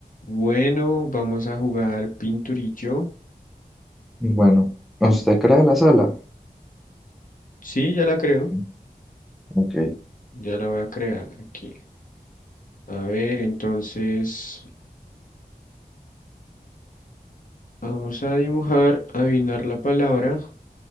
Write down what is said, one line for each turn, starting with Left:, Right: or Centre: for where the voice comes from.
Left: Bueno, vamos a jugar pinturillo.
Centre: Bueno, ¿usted crea la sala?
Left: Sí, ya la creo.
Centre: Mm, Ok.
Left: Ya la voy a crear aquí. A ver, entonces vamos a dibujar, adivinar la palabra.